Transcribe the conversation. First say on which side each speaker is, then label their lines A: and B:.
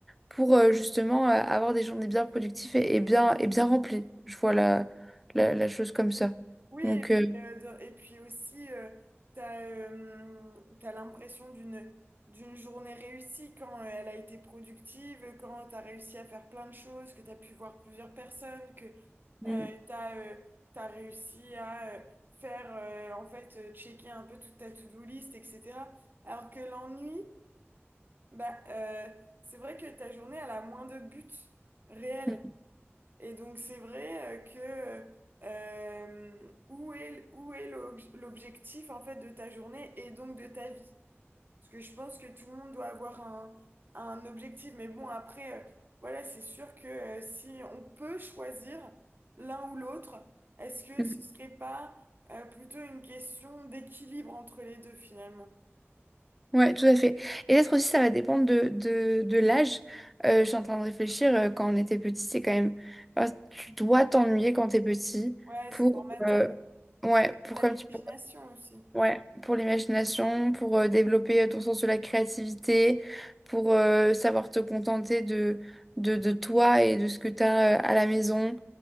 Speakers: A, in the centre; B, on the right.
A: pour euh, justement euh, avoir des journées bien productives et, et bien, et bien remplies. Je vois la, la, la chose comme ça.
B: Oui,
A: Donc,
B: et puis,
A: euh,
B: euh, dans- et puis aussi, euh, t'as, euh, t'as l'impression d'une, d'une journée réussie quand euh, elle a été productive, quand t'as réussi à faire plein de choses, que t'as pu voir plusieurs personnes, que
A: mm,
B: euh, t'as, euh, t'as réussi à euh, faire, euh, en fait, euh, checker un peu toute ta to-do list, etc. Alors que l'ennui, bah, euh, c'est vrai que ta journée, elle a moins de buts réels
A: mm,
B: et donc c'est vrai euh, que euh, où est, où est l'obj- l'objectif en fait de ta journée et donc de ta vie? Parce que je pense que tout le monde doit avoir un, un objectif. Mais bon, après, euh, voilà, c'est sûr que euh, si on peut choisir l'un ou l'autre, est-ce que
A: mm.
B: ce serait pas euh, plutôt une question d'équilibre entre les deux finalement?
A: Ouais, tout à fait. Et peut-être aussi, ça va dépendre de, de, de l'âge. Euh, je suis en train de réfléchir, euh, quand on était petit, c'est quand même... enfin, tu dois t'ennuyer quand t'es petit
B: Ouais,
A: pour...
B: c'est formateur.
A: euh, Ouais,
B: Et
A: pour
B: t'as
A: comme
B: l'imagination
A: tu... pour-
B: aussi.
A: ouais, pour l'imagination, pour euh, développer euh, ton sens de la créativité, pour euh, savoir te contenter de, de, de toi et de ce que t'as euh, à la maison.